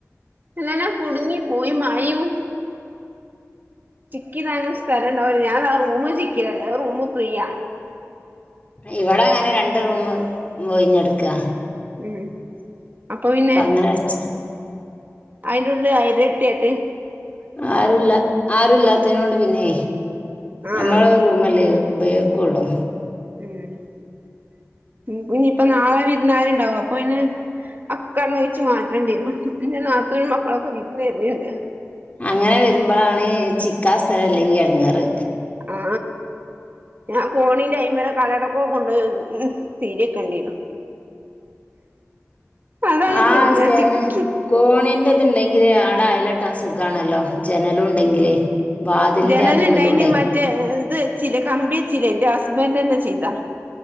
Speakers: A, on the right; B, on the left.
A: പിന്നന്നെ കുടുങ്ങി പോയി മയയും ചിക്കിടാനും സ്ഥലംണ്ടാവൂല ഞാൻ റൂമും ചിക്കിടല്ല ഒരു റൂംമ് ഫ്രീയാ
B: ഇവടെ അങ്ങനെ രണ്ട് റൂംമ് ഒയിഞ്ഞിടെക്കാ
A: ഉം അപ്പൊ പിന്നെ
B: അങ്ങനെ വെച്ച
A: അയിന്റെ ഉള്ളില് അയല് ഇട്ടിയെട്ട്
B: ആരുല്ല ആരുല്ലാതേനൊണ്ട് പിന്നെ
A: ആഹ്
B: ഞമ്മള് റൂമല്ലേ ഉപയോ കൊള്ളു
A: ഉം ഇനിയിപ്പ നാളെ വിരുന്നരുണ്ടാവും അപ്പൊ പിന്നെ അക്കൊങ്ങടെഴിച്ചു മാറ്റേണ്ടി വരും എ നാത്തോനും മക്കളുംക്കെ വിരുന്ന് വരണിണ്ട്
B: അങ്ങനെ വരുമ്പോളാണ് ചിക്കാ സ്ഥലല്ലെങ്കി എടുങ്ങറ്
A: ആ ഞാൻ കോണിന്റെ അൈ വരെ കലടക്ക കൊണ്ടുപോ ഉ തീരക്കേണ്ടിനു അതാണ്
B: ആ
A: കുടുങ്ങ
B: സ്റ്റേ
A: ചിക്കി
B: കോണിന്റെതുണ്ടെങ്കില് ആട അയലട്ടാ സുഖാണല്ലോ ജനലും ഉണ്ടെങ്കില് വാതിലിന്റെ
A: ജനലുണ്ടായിന്
B: അതുമ്മലൂടെ
A: മറ്റേ എത് വെച്ചില്ലേ കമ്പി വെച്ചില്ലേ എന്റെ ഹസ്ബൻറ് തന്നെ ചെയ്താ